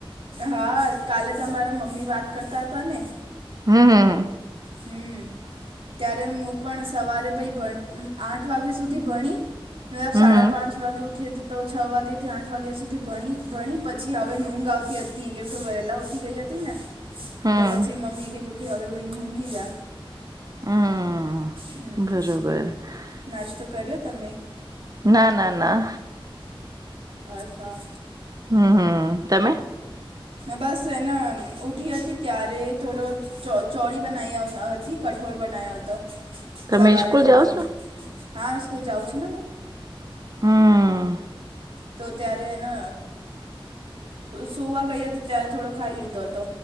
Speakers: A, on the right; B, on the right.
A: હા કાલે તમારા મમ્મી વાત કરતા હતા ને.
B: હમ્મ હમ્મ.
A: હમ્મ. ત્યારે હું પણ સવારે ભાઇ આઠ વાગ્યા સુધી ભણી મબ
B: હમ
A: સાડા પાંચ પાંચ વાગે ઉઠી હતી તો છ વાગે થી આઠ વાગ્યા સુધી ભણી-ભણી પછી હવે ઊંઘ આવતી હતી. થી કેમ કે વહેલા ઉઠી ગઈ હતી ને
B: હમ
A: તો પછી મમ્મી એ કીધું કે હવે હું ઊઘી જા
B: હમ.
A: હમ્મ.
B: <unintelligible>
A: નાસ્તો કર્યો તમે?
B: ના ના ના
A: આછા.
B: હમ્મ તમે
A: બસ એને ઉઠી હતી ત્યારે થોડો ચ ચોડી બનાવી હતી. કઠોળ બનાવયો હતો
B: તમે
A: સવારે
B: સ્કૂલ
A: મમ્મીએ
B: જાઓ છો
A: હા સ્કૂલ જાઉં છુ, ને મેં.
B: હમ્મ.
A: તો ત્યારેને સુવા ગઈ, હતી ત્યારે થોડો ખાઈ લીધો હતો.